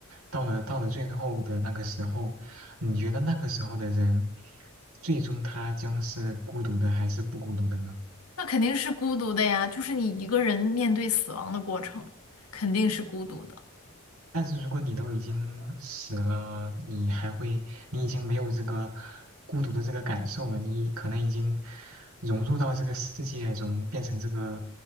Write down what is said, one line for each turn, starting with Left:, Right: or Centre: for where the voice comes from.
Right: 到了到了最后的那个时候，你觉得那个时候的人，最终他将是孤独的还是不孤独的呢？
Left: 那肯定是孤独的呀，就是你一个人面对死亡的过程，肯定是孤独的。
Right: 但是如果你都已经死了，你还会，你已经没有这个孤独的这个感受了，你可能已经融入到这个世界中，变成这个，